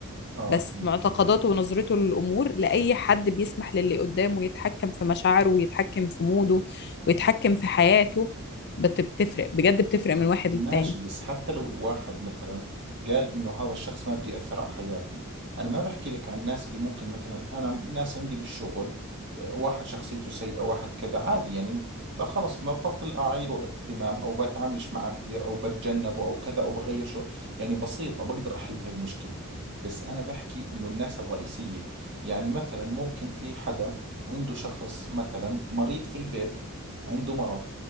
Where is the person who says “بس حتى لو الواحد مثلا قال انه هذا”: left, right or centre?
Right